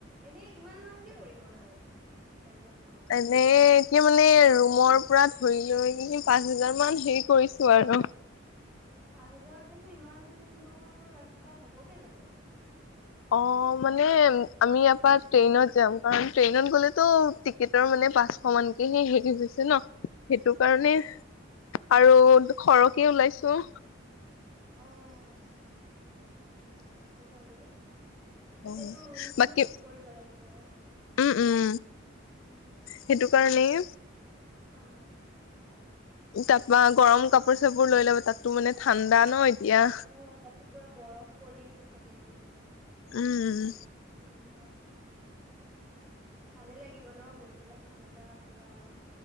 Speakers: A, on the right; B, on the left.
A: এনে কিমান মানকে পৰিবনো, এজন মানৰ?
B: এই এতিয়া মানে ৰুমৰ পৰা ধৰি লৈ কিনে পাঁচ হাজাৰ মান হেৰি কৰিছো আৰু।
A: পাঁচ হাজাৰত জানো ইমান দূৰ ৰাস্তা হ'ব গে জানো?
B: অ', মানে আমি ইয়াৰ পৰা ট্ৰেইনত যাম, কাৰণ ট্ৰেইনত গ'লেতো টিক কেটৰ মানে পাঁচশ মানকেহে হেৰি হৈছে ন, সেইটো। কাৰণে
A: অ
B: আৰু সৰহকে ওলাইছো।
A: অ', হ'ব বাৰু। তাতে
B: অ
A: তোৰ ৰুম চুমো
B: বাকী
A: ঠিক কৰিব লাগিব,
B: উম উম
A: উম।
B: সেইটো কাৰণেই
A: অ'।
B: তাৰপা গৰম কাপোৰ চাপোৰ লৈ ল'ব, তাতটো মানে ঠাণ্ডা ন এতিয়া।
A: অ', তাতটো পুৰা বৰফ পৰি আছে চাগে এতিয়া।
B: উম, উম।
A: উম ভালে লাগিব ন গৈ পেলাই ঠাণ্ডা পোৰা।